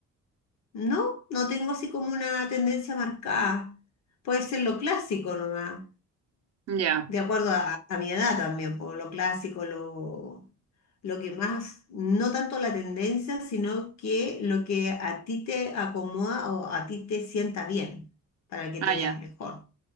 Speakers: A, on the left; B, on the right.
A: No, no tengo así como una tendencia marcada. Puede ser lo clásico nomás,
B: ya,
A: de acuerdo a, a mi edad también, por lo clásico, lo, lo que más, no tanto la tendencia, sino que lo que a ti te acomoda o a ti te sienta bien, para que
B: ah,
A: te
B: ya.
A: veas mejor.